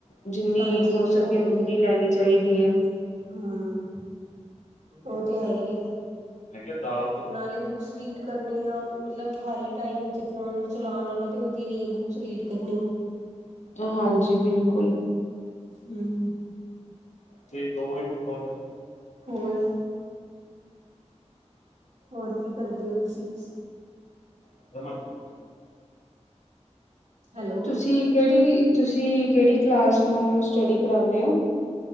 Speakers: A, on the left; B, on the right.
A: ਜਿੰਨੀ
B: ਹਾਂਜੀ
A: ਹੋ
B: ਉਹ
A: ਸਕ
B: ਤੇ ਹੈ
A: ਕਿ
B: ਹੀ
A: ਉਨੀ ਲੈਣੀ ਚਾਹੀਦੀ ਐ।
B: ਹਮ ਉਹ ਤੇ ਹੈ ਹੀ ਏ।
A: ਮੈ ਕਿਆ ਦਾਲ
B: ਨਾਲੇ ਬੁੱਕਸ ਰੀਡ ਕਰਨੀ ਆ ਮਤਲਬ ਖਾਲੀ ਟਾਈਮ ਵਿੱਚ ਫੋਨ ਚਲਾਉਣ ਨਾਲੋ ਤੇ ਵਧੀਆ ਈ ਐ ਬੁੱਕਸ ਰੀਡ ਕਰਨੀ।
A: ਹਾਂਜੀ ਬਿਲਕੁਲ
B: ਹੂੰ,
A: ਤੇ ਦੋ ਵਜੇ ਮੈਂ ਫੋਨ
B: ਹੋਰ? ਹੋਰ ਕੀ ਕਰਦੇ ਹੋ ਤੁਸੀਂ?
A: <inaudible>
B: ਹੈਲੋ,
A: ਤੁਸੀਂ ਕਿਹੜੀ ਤੁਸੀਂ ਕਿਹੜੀ ਕਲਾਸ ਨੂੰ ਸਟੱਡੀ ਕਰਾਦੇ ਔ?